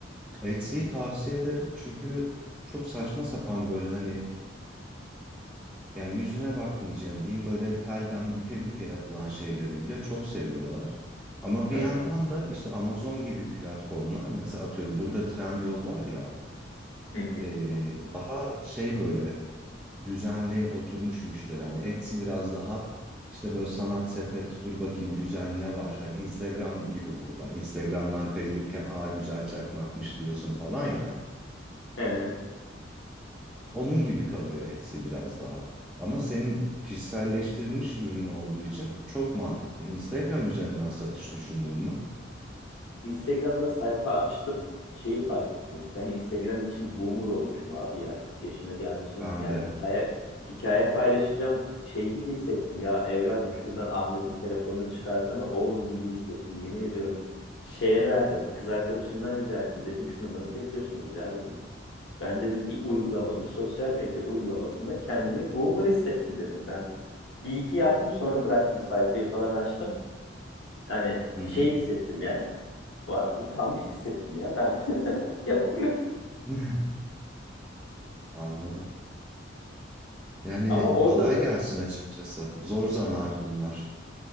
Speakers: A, in the centre; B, on the left.
A: Etsy'yi
B: Hı
A: tavsiye
B: hı.
A: ederim çünkü çok saçma sapan böyle hani yani yüzüne bakmayacaksın diyeyim böyle telden büke büke yapılan şeyleri bile çok seviyorlar. Ama
B: Hı
A: bir
B: hı.
A: yandan da işte Amazon gibi platformlar mesela atıyorum burada Trendyol var ya
B: Hı hı.
A: eee, daha şey böyle düzenli oturmuş müşteri. Hani Etsy biraz daha işte böyle sanat sepet dur bakayım güzel ne var. Hani Instagram gibi burada Instagram'dan kayırırken aa güzel çakmakmış diyorsun falan ya.
B: Hı hı.
A: Onun gibi kalıyor Etsy biraz daha. Ama senin kişiselleştirilmiş ürün olduğu için çok mantıklı. Instagram üzerinden satış düşündün mü?
B: Instagram'da sayfa açtım. Şeyi fark ettim. Ben Instagram için boomer olmuşum abi ya. 40 yaşına gelmişim.
A: Ben
B: Yani
A: de.
B: hikaye hikaye paylaşacağım şey gibi hissettim ya evladım şuradan Ahmet'in telefonunu çıkarsana oğlum gibi hissettim yemin ediyorum. Şeye verdim. Kız arkadaşımdan rica ettim. Dedim şunu nasıl yapıyorsunuz ya dedim. Ben dedim bir uygulama, bir sosyal medya uygulamasında kendimi boomer hissettim dedim. Ben bir iki yaptım sonra bıraktım sayfayı falan açtım. Yani
A: Hı
B: şey
A: hı.
B: hissettim ya var, utanmış hissettim ya ben <laughs> yapamıyorum.
A: <laughs> Anladım. Yani
B: Ama orada
A: kolay
B: da
A: gelsin açıkçası. Zor zanaat bunlar.